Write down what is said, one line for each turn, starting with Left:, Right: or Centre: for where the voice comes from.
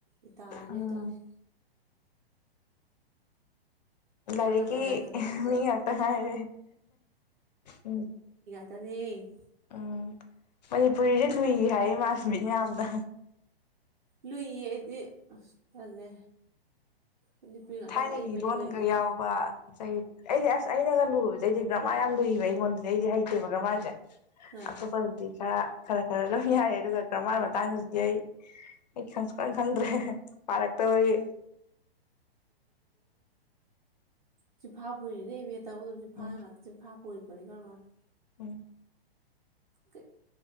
Right: ꯏꯇꯥꯗ ꯕꯤ
Left: ꯎꯝ
Right: ꯑꯦꯗ ꯇꯧꯔꯤ ꯑꯣꯖꯥ
Left: ꯂꯥꯏꯔꯤꯛꯀꯤ
Right: ꯉꯥꯛꯇ ꯉꯥꯏꯗꯣꯔꯦ ꯄꯨꯂꯞ
Left: ꯃꯤ ꯉꯥꯛꯇ ꯍꯥꯏꯔꯦ ꯎꯝ
Right: ꯀꯔꯤ
Left: ꯎꯝ ꯃꯅꯤꯄꯨꯔꯤꯗꯤ ꯂꯨꯏ <unintelligible> ꯃꯥꯁꯃꯤꯗ ꯌꯥꯝꯅ
Right: ꯂꯨꯏꯌꯦ ꯑꯩꯗꯤ ꯑꯁ ꯃꯅꯤꯄꯨꯔꯤ ꯉꯥꯛꯇ
Left: ꯊꯥꯏꯅꯒꯤ
Right: ꯃꯔꯤ ꯃꯔꯤ
Left: ꯂꯣꯟꯒ
Right: ꯃꯔꯤ ꯑꯗꯨꯝ
Left: ꯌꯥꯎꯕ
Right: ꯆꯠꯈ꯭ꯔꯦ
Left: ꯉꯁꯥꯏꯒꯤ ꯑꯩꯗꯤ ꯑꯁ ꯑꯩꯅꯒ ꯂꯨꯨꯖꯩꯗꯤ ꯒꯔꯃꯥꯔ ꯌꯥꯝ ꯂꯨꯏꯌ‌ꯦꯕ ꯑꯩꯉꯣꯟꯗꯗꯤ ꯑꯩꯗꯤ ꯍꯩꯇꯦꯕ ꯒꯔꯃꯥꯔꯁꯦ
Right: ꯑ
Left: ꯑꯇ‌ꯣꯞꯄ ꯕꯨꯗꯤ ꯈꯔ ꯈꯔ ꯈꯔ ꯂꯣꯏ ꯌꯥꯔꯦ ꯑꯗꯨꯒ ꯒ꯭ꯔꯃꯥꯔ ꯃꯇꯥꯡꯁꯤꯗꯤ ꯑꯩ ꯑꯩ ꯈꯪ ꯁꯨꯈꯪ ꯈꯪꯗ꯭ꯔꯦ ꯄꯔꯛꯇꯕꯩ
Right: ꯆꯤꯝꯐꯥ ꯄꯨꯔꯤꯅꯤ ꯏꯕꯦ ꯇꯧꯗ ꯆꯤꯝꯐ
Left: ꯎꯝ
Right: ꯉꯥꯛ ꯆꯤꯝꯐꯥ <unintelligible>
Left: ꯎꯝ
Right: ꯀꯩ